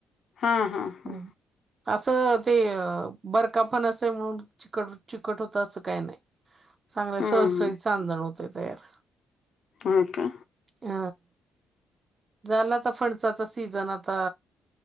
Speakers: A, on the left; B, on the right.
A: हा हा हा
B: हम्म. असं ते बरकाफण असं म्हणून चट चिकट होत असं काही नाही चांगले
A: हम्म
B: सहसळीत चांदण होते तयार
A: होळ का
B: ह झालाता फणसाचा सीजन आता